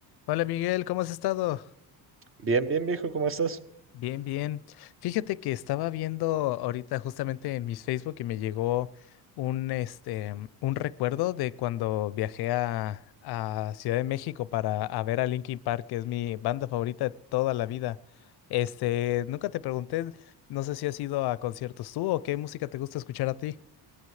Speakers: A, on the left; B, on the right.
A: Hola Miguel, ¿cómo has estado?
B: Bien, bien, viejo, ¿cómo estás?
A: Bien, bien. Fíjate que estaba viendo ahorita justamente en mis Facebook y me llegó un, este, un recuerdo de cuando viajé a, a Ciudad de México para a ver a Linkin Park, que es mi banda favorita de toda la vida. Este, nunca te pregunté, no sé si has ido a conciertos tú o qué música te gusta escuchar a ti.